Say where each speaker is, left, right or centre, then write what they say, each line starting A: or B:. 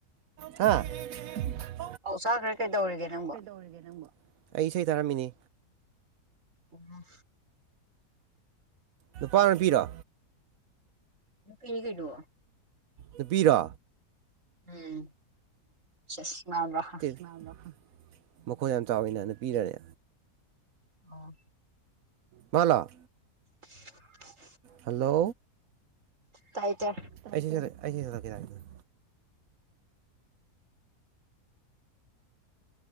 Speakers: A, on the right; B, on the right.
A: <inaudible> ꯍꯥ <inaudible>
B: ꯑꯧ ꯆꯥꯈ꯭ꯔꯦ ꯀꯩꯗꯧꯔꯤꯒꯦ ꯅꯪꯕꯣ
A: ꯀꯩꯗꯧꯔꯤꯒꯦ ꯅꯪꯕꯣ ꯑꯩ ꯏꯁꯩ ꯇꯥꯔꯝꯃꯤꯅꯤ
B: ꯑꯣ
A: ꯅꯨꯄꯥꯔꯣ ꯅꯨꯄꯤꯔꯣ
B: ꯅꯨꯄꯤꯅꯤ ꯀꯩꯅꯣ
A: ꯅꯨꯄꯤꯔꯣ
B: ꯎꯝ ꯆꯁ ꯅꯥꯟꯕꯔꯥ ꯍꯥ
A: ꯅꯥꯟꯕꯥꯈ ꯃꯈꯣꯟ ꯌꯥꯝ ꯆꯥꯎꯋꯤꯅ ꯅꯨꯄꯤꯔꯥꯅꯦ
B: ꯑꯣ
A: ꯃꯥꯅ
B: <inaudible>
A: ꯍꯜꯂꯣ
B: ꯇꯥꯏ ꯇꯥꯏ
A: ꯑꯩꯁꯤ ꯁ ꯑꯩ ꯏꯁꯩ ꯁꯛꯂꯛꯀꯦ ꯌꯥꯔꯦ